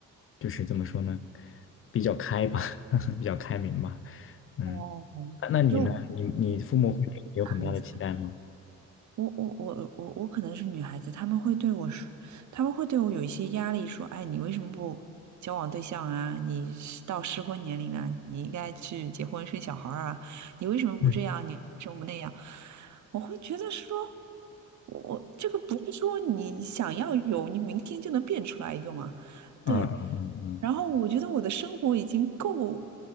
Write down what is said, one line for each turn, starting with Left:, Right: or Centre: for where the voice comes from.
Left: 就是怎么说呢，比较开吧，<laughs> 比较开明吧。嗯，
Right: 哦，
Left: 那那你呢？
Right: 就
Left: 你你父母会对你有很大的期待吗？
Right: 孩子。我我我我我可能是女孩子，他们会对我说，他们会对我有一些压力，说，哎，你为什么不交往对象啊？你是到适婚年龄了，你应该去结婚生小孩儿啊，你为什么不这样？
Left: 嗯。
Right: 你为什么不那样？我会觉得说，我我这个不是说你想要有，你明天就能变出来一个嘛？
Left: 嗯嗯嗯嗯。
Right: 对，然后我觉得我的生活已经够，